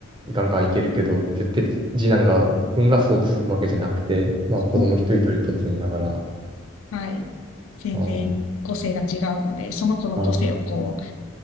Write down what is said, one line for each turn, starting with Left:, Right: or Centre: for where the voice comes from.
Right: う、ガンガンいけるけどって言って、次男が、君がそう続くわけじゃなくて、まあ子供一人一人当然ながら、
Left: そう。
Right: あ
Left: はい。全然個性が違うので、
Right: あ、
Left: その子の個性をこう、
Right: あ、